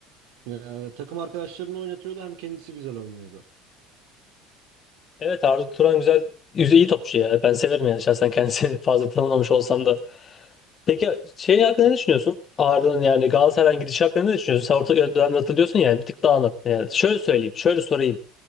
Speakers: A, on the right; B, on the left.
A: ee, takım arkadaşlarını oynatıyordu hem kendisi güzel oynuyordu.
B: Evet Arda Turan güzel yüzeyi topçu ya. Ben severim yani şahsen kendisini <laughs> fazla tanımamış olsam da. Peki şey hakkında
A: E,
B: ne düşünüyorsun? Arda'nın yani Galatasaray'ın gidişi hakkında ne düşünüyorsun? Sen orta dönemde hatırlıyorsun yani bir tık dağınık. Yani şöyle söyleyeyim, şöyle sorayım.